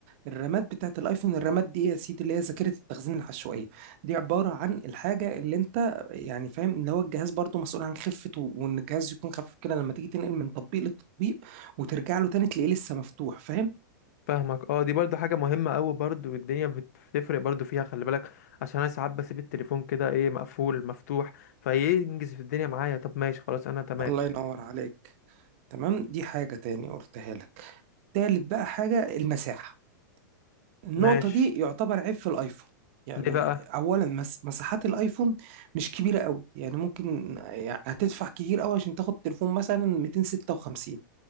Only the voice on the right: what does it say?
الرامات بتاعت الايفون الرامات دي ايه يا سيدي اللي هي ذاكره التخزين العشوائيه دي عباره عن الحاجه اللي انت يعني فاهم ان هو الجهاز برضو مسؤول عن خفه و- وان الجهاز يكون خفيف كده لما تيجي تنقل من تطبيق للتطبيق وترجع له تاني تلاقيه لسه مفتوح فاهم
الله ينور عليك تمام دي حاجه تاني قلتها لك تالت بقى حاجه المساحه النقطة
دي يعتبر عيب في الايفون يعني
اولا مس- مساحات الايفون مش كبيرة قوي يعني ممكن يعني هتدفع كتير قوي عشان تاخد تليفون مثلا 256